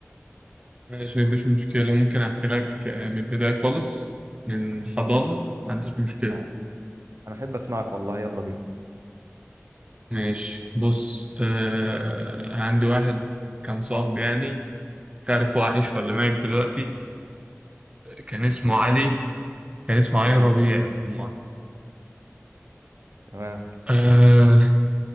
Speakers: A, on the right; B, on the right.
A: ماشي مفيش مشكلة ممكن أحكي لك آه، من البداية خالص من الحضانة
B: يلا
A: ما عنديش مشكلة
B: انا أنا احب اسمعك والله يلا بينا
A: ماشي بص آه عندي واحد كان صاحبي يعني مش عارف هو عايش ولا ميت دلوقتي كان اسمه علي كان اسمه
B: تمام
A: علي ربيع بالمرة.
B: تمام
A: آه